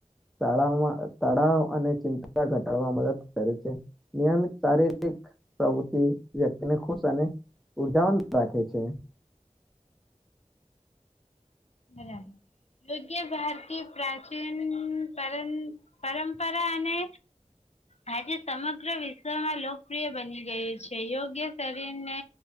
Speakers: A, in the centre; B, on the left (about 60°).
A: શાળામાં તળાવ અને ચિંતા ઘટાડવા મદદ કરે છે નિયમિત શારીરિક પ્રવૃતિ વ્યક્તિને ખુશ અને ઉર્જાવન રાખે છે
B: બરાબર યોગ્ય ભારતી પ્રાચીન પર પરંપરા અને આજે સમગ્ર વિશ્વમાં લોકપ્રિય બની ગયું છે યોગ્ય શરીરને